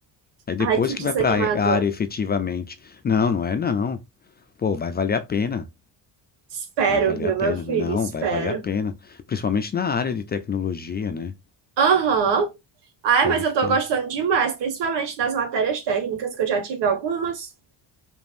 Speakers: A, on the left; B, on the right.
A: Aí depois
B: Ai, que
A: que
B: desanimador.
A: vai para a área efetivamente. Não, não é não. Pô, vai valer a pena.
B: Espero,
A: Vai valer
B: viu,
A: a pena.
B: meu filho?
A: Não,
B: Espero.
A: vai valer a pena. Principalmente na área de tecnologia, né?
B: Aham. Ai,
A: Pode
B: mas eu
A: ficar.
B: tô gostando demais, principalmente das matérias técnicas, que eu já tive algumas.